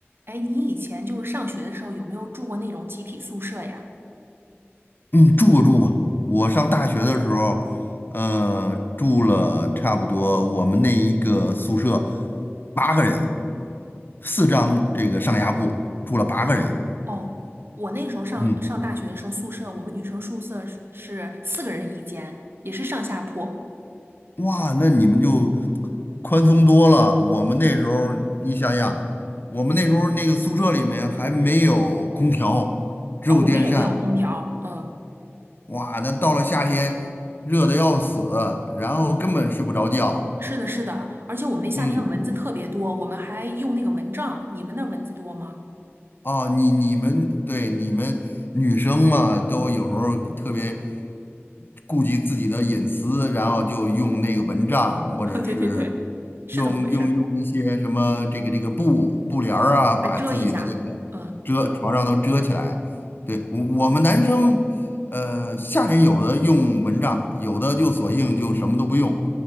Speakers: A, on the right (about 55°); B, on the left (about 50°).
A: 哎，你以前就是上学的时候有没有住过那种集体宿舍呀？
B: 嗯，住过住过。我上大学的时候，呃，住了差不多我们那一个宿舍八个人，四张这个上下铺，住了八个人。
A: 哦，我那时候上上大学的时候，
B: 嗯，
A: 宿舍我们女生宿舍是是四个人一间，也是上下铺。
B: 哇，那你们就宽松多了。我们那时候，你想想，我们那时候那个宿舍里面还没有空调，只有电扇。
A: 哦，我们也没有空调。嗯，
B: 哇，那到了夏天，热的要死，然后根本睡不着觉。
A: 是的，是的，而且我们那夏天蚊子特别多，
B: 嗯。
A: 我们还用那个蚊帐。你们那儿蚊子多吗？
B: 哦，你你们对你们女生嘛，都有时候特别顾及自己的隐私，然后就用那个蚊帐，
A: <laughs>
B: 或者是
A: 对对对，是怎么回事
B: 用用用一些什么这个这个布布帘儿啊，把自己那个
A: 还遮一下。嗯，
B: 遮床上都遮起来。对，我我们男生，呃，夏天有的用蚊帐，有的就索性就什么都不用，